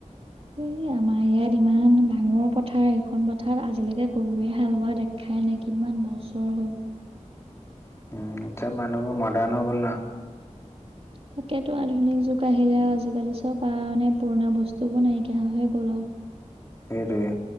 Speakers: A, on the right; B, on the left.
A: এই আমাৰ ইয়াত ইমান ডাঙৰ পথাৰ সেইখন পথাৰত আজিলৈকে গৰুৱে হাল বোৱা দে খাই নাই কিমান বছৰ হ'ল।
B: উম! এতিয়া মানুহবোৰ মডাৰ্ণ হৈ গ'ল না।
A: তাকেটো আধুনিক যুগ আহিলে আৰু আজিকালি চব আৰু মানে পুৰণা বস্তুবোৰ নাইকিয়া হৈ হে গ'ল আৰু।
B: সেইটোৱে।